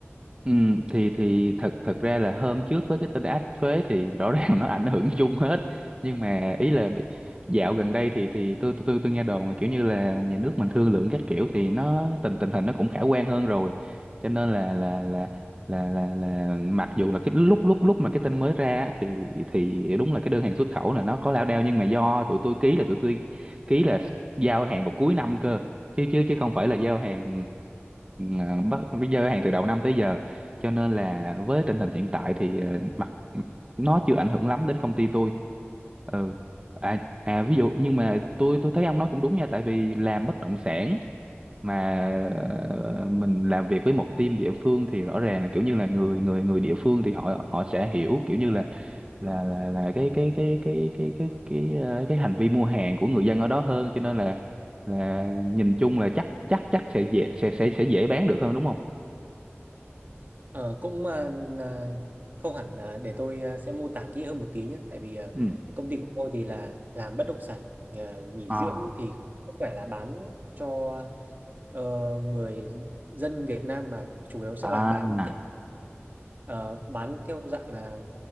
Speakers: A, on the right; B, on the right.
A: Ừ, thì thì thật thật ra là hôm trước với cái tin áp thuế thì rõ <laughs> ràng nó ảnh hưởng chung hết nhưng mà ý là bị- dạo gần đây thì thì tôi tôi tôi tôi nghe đồn là kiểu như là nhà nước mình thương lượng các kiểu thì nó tình tình hình nó cũng khả quan hơn rồi cho nên là là là là là là mặc dù là cái lúc lúc lúc mà cái tin mới ra á, thì thì đúng là cái đơn hàng xuất khẩu là nó có lao đao nhưng mà do tụi tôi ký là tụi tôi ký là giao hàng vào cuối năm cơ chứ chứ chứ không phải là giao hàng ừ, bắt giao hàng từ đầu năm tới giờ cho nên là với tình hình hiện tại thì ờ, mặt nó chưa ảnh hưởng lắm đến công ty tôi ừ à à ví dụ nhưng mà tôi tôi thấy ông nói cũng đúng nha tại vì làm bất động sản mà ờ, mình làm việc với một team địa phương thì rõ ràng là kiểu như là người người người địa phương thì họ họ sẽ hiểu kiểu như là là là là cái cái cái cái cái cái cái ờ, cái hành vi mua hàng của người dân ở đó hơn cho nên là là nhìn chung là chắc chắc chắc sẽ dễ sẽ sẽ sẽ dễ bán được hơn đúng không
B: Ờ, cũng à, là không hẳn là để tôi à, sẽ mô tả kỹ hơn một tí nhé tại vì à,
A: ừ
B: công ty của tôi thì là làm bất động sản à, nghỉ
A: à
B: dưỡng thì không phải là bán cho ờ, người dân Việt Nam mà chủ yếu sẽ
A: à
B: là bán theo ờ, bán theo dạng là